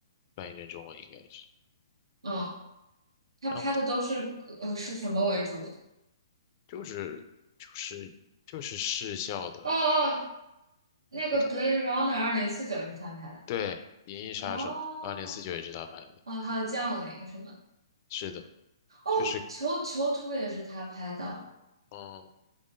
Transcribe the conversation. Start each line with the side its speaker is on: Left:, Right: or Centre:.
Left: 翻译成中文应该是，
Right: 嗯，他拍的都是呃是什么为主的？
Left: 然后他就是就是就是视效的，
Right: 哦哦，那个《Blade
Left: 你看，
Right: Runner》二零四九是他拍的。
Left: 对，《银翼杀手》二零四九也是他拍的，
Right: 哦，哦，还有《降临》什么的
Left: 是的，
Right: 哦，
Left: 就是
Right: 囚囚徒也是他拍的。
Left: 嗯，